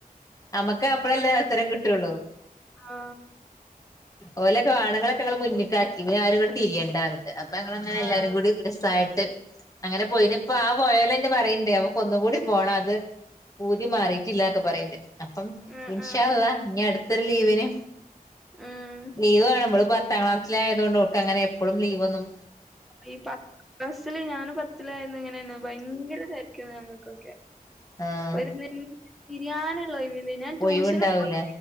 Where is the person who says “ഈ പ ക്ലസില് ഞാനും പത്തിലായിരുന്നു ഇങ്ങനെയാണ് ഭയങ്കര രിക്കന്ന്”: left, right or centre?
Centre